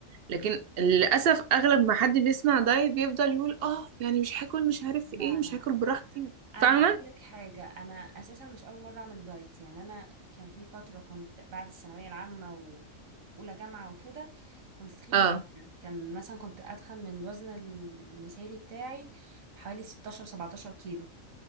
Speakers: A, on the right; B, on the right.
A: لكن للاسف اغلب ما حد بيسمع دايت بيفضل يقول اه يعني مش هاكل مش عارف
B: لا
A: ايه مش
B: لا
A: هاكل براحتي
B: انا
A: فاهمه
B: هقول لك حاجه انا اساسا مش اول مره اعمل دايت يعني انا كان في فتره كنت بعد الثانويه العامه و- واولى جامعه وكده كنت تخينه
A: اه
B: جدا كان مثلا كنت اتخن من الوزن المثالي بتاعي بحوالي 16 17 كيلو